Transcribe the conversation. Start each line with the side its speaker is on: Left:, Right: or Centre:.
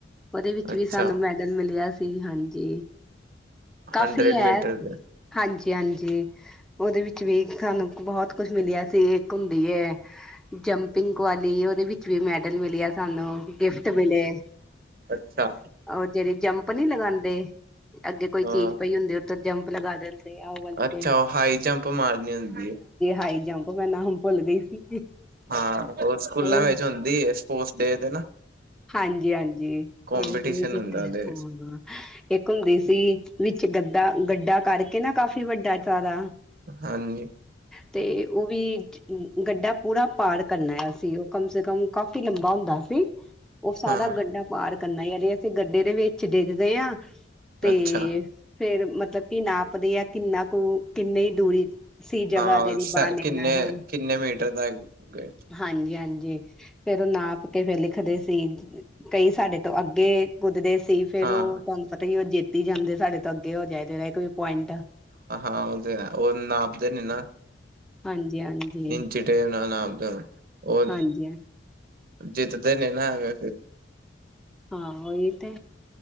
Centre: ਉਹਦੇ ਵਿੱਚ
Right: ਅੱਛਾ
Centre: ਵੀ ਸਾਨੂੰ ਮੈਡਲ ਮਿਲਿਆ ਤੇ ਹਾਂਜੀ। ਕਾਫੀ
Right: ਹੰਡਰਡ
Centre: ਹੈ
Right: ਮੀਟਰ
Centre: ਹਾਜੀ
Right: ਦੇ
Centre: । ਹਾਂਜੀ । ਉਹਦੇ ਵਿੱਚ ਵੀ ਸਾਨੂੰ ਬਹੁਤ ਕੁਛ ਮਿਲਿਆ ਸੀ ਇੱਕ ਹੁੰਦੀ ਜੰਪਿੰਗ ਕੁਆੀ ਉਹਦੇ ਵਿੱਚ ਵੀ ਮੈਡਲ ਮਿਿਲਿਆ ਸਾਨੂੰ ਗਿਫਟ ਮਿਲੇ
Right: ਅੱਛਾ
Centre: ਰ ਜਿਹੜੀ ਜੰਪ ਨੀ ਲਗਾਉਂਦੇ ਅੱਗੇ ਕੋਈ
Right: ਹਾਂ
Centre: ਚੀਜ਼ ਪਈ ਹੁੰਦੀ ਜੰਪ ਲਗਾ ਦੇਿੰਦੇ ਆ ਵਲ
Right: ਅੱਛਾ
Centre: ਦੇ
Right: ਉਹ ਹਾਈ ਜੰਪ ਮਾਰਨੀ ਹੁੰਦੀ ਹੈ।
Centre: ਹਾਈ ਜੰਪ ਮੈਂ ਨਾ ਹੁ ਭੁੱਲ ਗਈ ਸੀ
Right: ਹਾਂ ਸਕੂਲਾਂ
Centre: ਉਹ
Right: ਵਿੱਚ ਹੁੰਦੀ ਹੈ ਸਪੋਰਟਸ ਡੇ ਤੇ ਨਾ
Centre: ਹਾਜੀ, ਹਾਂਜੀ
Right: ਕੋਂਪੀਟੀਸ਼ਨ
Centre: ਉਹਦੇ ਤੇ ਵੀਤੇ
Right: ਹੁੰਦਾ ਉਹਦੇ
Centre: ਹਾਂ
Right: ਵਿੱਚ
Centre: ਇੱਕ ਹੁੰਦੀ ਸੀ ਵਿੱਚ ਗੱਦਾ ਗੱਡ ਕਰਕੇ ਨਾ ਕਾਫੀ ਵੱਡਾ ਸਾਰਾ
Right: ਹਾਂਜੀ।
Centre: ਤੇ ਉਹ ਵੀ ਗੱਡਾ ਪੂਰਾ ਪਾਰ ਕਰਨਾ ਆ ਅ ਸੀ ਉਹ ਕਮ ਸੇ ਕਮ ਕਾਫ਼ੀ ਲੰਬਾ ਹੁੰਦਾ ਸੀ ਉਹ ਸਾਰਾ
Right: ਹਾਂ
Centre: ਗੱਡਾ ਪਾਰ ਕਰਨਾ ਯ ਜ ਅਸੀਂ ਗੱਡੇ ਦੇ ਵਿੱਚ ਡਿੱਗ ਗਏ ਹਾਂ ਤੇ
Right: ਅੱਛਾ
Centre: ਫੇਿਰ ਮਤਲਬ ਕੀ ਨਾਪਦੇ ਆ ਕਿੰਨਾ ਕੁ ਕਿੰਨੀ ਦੂਰੀ ਸੀ ਜਗ੍ਹਾ
Right: ਹਾਂ
Centre: ਜਿਹੜੀ ਬਾਹਰ ਨਿਕਲ
Right: ਕਿੰਨੇ
Centre: ਹਨ
Right: ਕਿੰਨੇ ਮੀਟਰ ਤੱਕ ਗਏ
Centre: ਹਾਂਜੀ, ਹਾਂਜੀ। ਜ ਫੇਰ ਉਹ ਨਾਪ ਕੇ ਫੇਿਰ ਲਿਖਦੇ ਸੀ। ਕਈ ਸਾਡੇ ਤੋਂ ਅੱਗੇ ਕੁੱਦਦੇ ਸੀ ਫੇਰ
Right: ਹਾਂ
Centre: ਉਹ ਤੁਹਾਨੂੰ ਪਤਾ ਹੀ ਉਹ ਜਿੱਤ ਤੀ ਜਾਂਦੇ ਸਾਡੇ ਤੋਂ ਅੱਗੇ ਹੋ ਜਾਏਦੇਹੇ ਕੋਈ ਪੁਆਇੰਟ
Right: ਹਾਂ ਉਹ ਤੇ ਉਹ ਨਾਪਦੇ ਨੇ ਨਾ
Centre: ਹਾਂਜੀ-ਹਾਂਜੀ,
Right: ਇੰਚ ਟੇਪ ਨਾਲਪਦੇ <unintelligible> ਉਹ
Centre: ਹਾਂਜੀ ਹਾਂਜੀ
Right: ਜਿੱਤਦੇ ਨੇ ਨਾ ਹਾਂ।
Centre: ਹਾਂ ਹੀ ਤੇ।